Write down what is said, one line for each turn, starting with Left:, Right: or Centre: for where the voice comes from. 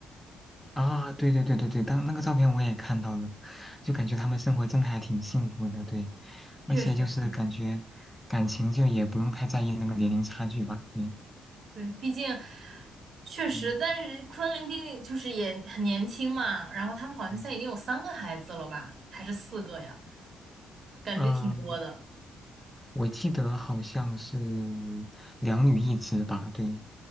Centre: 啊，对对对对对，当那个照片我也看到了，就感觉他们生活真的还挺幸福的，对，
Right: 确实是，
Centre: 而且就是感觉感情就也不用太在意那个年龄差距吧，对，
Right: 对，毕竟确实，
Centre: 嗯
Right: 但是昆凌毕竟就是也很年轻嘛，然后他们好像现在已经有三个孩子了吧，
Centre: 嗯
Right: 还是四个呀，感觉挺多的。
Centre: 呃，我记得好像是两女一子吧，对